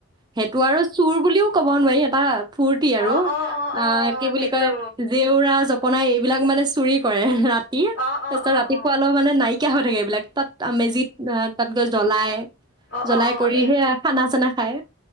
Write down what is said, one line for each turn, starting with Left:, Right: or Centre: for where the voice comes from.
Right: সেইটো আৰু চুৰ বুলিও ক'ব নোৱাৰি, এটা ফূুৰ্তি আৰু,
Left: অ অ অ
Right: আ
Left: অ অ
Right: কি বুলি
Left: সেইটো
Right: কয়, জেৱৰা জপ বনাই এইবিলাক মানে চুৰি কৰে, ৰা ৰা তাৰপিছত
Left: অ অ অ
Right: ৰাতিপুৱা
Left: অ
Right: অলপ মানে নাই শকীয়া হৈ থাকে এইবিলাক, তাত মেজিত তাত গৈ জ্বলাই
Left: অ-অ-অ
Right: জ্বলাই
Left: অঁ,
Right: কৰি
Left: এ
Right: সেই খানা চানা খায়